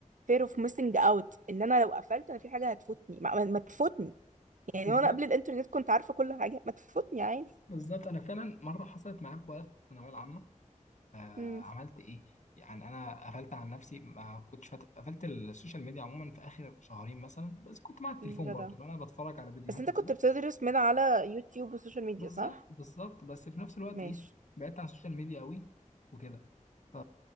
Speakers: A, on the right (about 70°); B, on the left (about 65°).
A: fear of missing out ان انا لو قفلت انا في حاجه هتفوتني ما, ما ما تفوتني يعني
B: بالظبط
A: وانا قبل الانترنت كنت عارفه كل حاجه ما تفوتني عادي
B: بالظبط أنا فعلا مرة حصلت معايا في وقت الثانوية العامة آه
A: امم
B: عملت ايه يعني انا قفلت عن نفسي ما كنتش فات... قفلت السوشيال ميديا عموما في اخر شهرين مثلا بس كنت مع التليفون
A: جدع
B: برضو اللي انا بتفرج على فيديوهات
A: بس انت
B: وكده
A: كنت بتدرس من على يوتيوب وسوشيال ميديا
B: بالظبط
A: صح
B: بالظبط بس في نفس الوقت
A: ماشي
B: ايه بعدت عن السوشيال ميديا قوي وكده ف